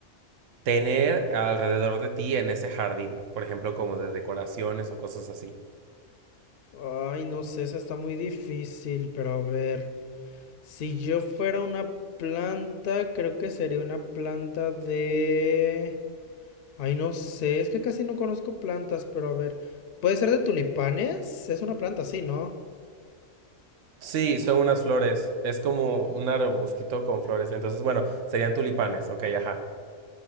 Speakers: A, on the right; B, on the left.
A: tener alrededor de ti en ese jardín? Por ejemplo, como de decoraciones o cosas así.
B: Ay, no sé, esa está muy difícil, pero a ver, si yo fuera una planta, creo que sería una planta de... Ay, no sé, es que casi no conozco plantas, pero a ver, ¿puede ser de tulipanes? Es una planta, sí, ¿no?
A: Sí, son unas flores. Es como un arbustito con flores. Entonces, bueno, serían tulipanes. Ok, ajá.